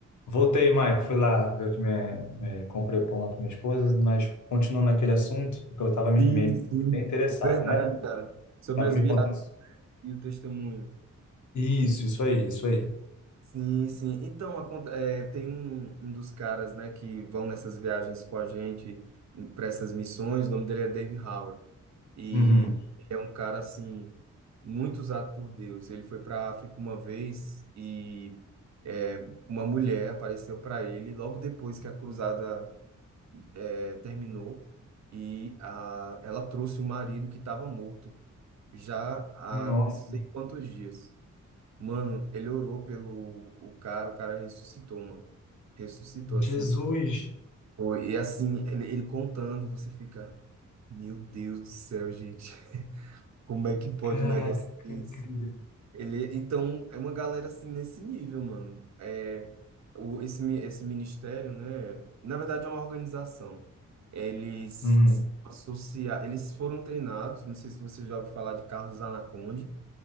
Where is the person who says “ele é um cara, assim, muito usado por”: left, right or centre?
Right